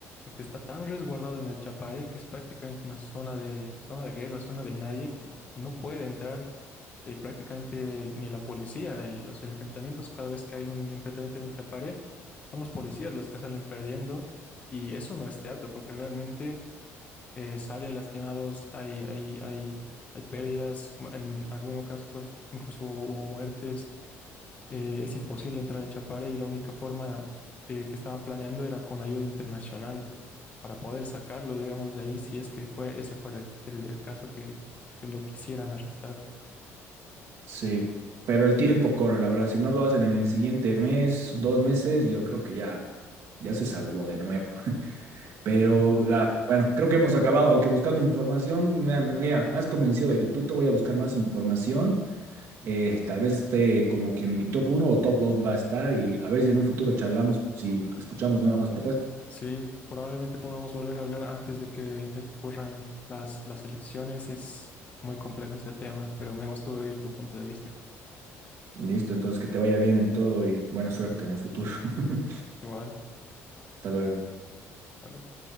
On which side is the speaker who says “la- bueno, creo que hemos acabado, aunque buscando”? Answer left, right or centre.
Right